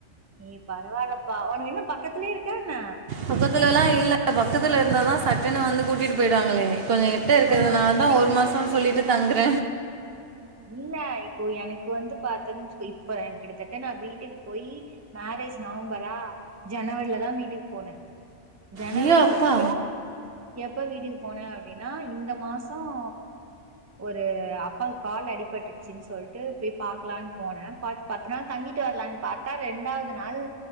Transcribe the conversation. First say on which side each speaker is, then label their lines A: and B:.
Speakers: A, on the right; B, on the right.
A: நீ பரவால்லப்பா உனக் என்ன பக்கத்லயே இருக்கான்ன
B: பக்கத்துலல்லா இல்ல பக்கத்துல இருந்தா தா சட்டுன்னு வந்து கூட்டிட்டு போயிடுவாங்ளே கொஞ்ச நேர் எட்ட இருக்கதுனால்
A: ஆ அப்புறோ
B: தா ஒரு மாசம்னு சொல்லிட்டு தங்குற
A: இல்ல இப்போ எனக்கு வந்து பாத்தேன் வச்சுக்கோ இப்ப என் கிட்டத்தட்ட நா வீட்டுக்கு போயி மேரேஜ் நவம்பரா ஜனவரில தா வீட்டுக்கு போன ஜனவரிக்கப்புறோ
B: ஐயோ அப்பா
A: எப்ப வீட்டுக்கு போன அப்டின்னா இந்த மாசம் ஒரு அப்பாவ்க் குல அடிபட்டுட் சின் சொல்ட்டு போய் பாக்கலான் போன பாத் பத்து நாள் தங்கிட்டு வர்லான் பாத்தா ரெண்டாவ்து நாள்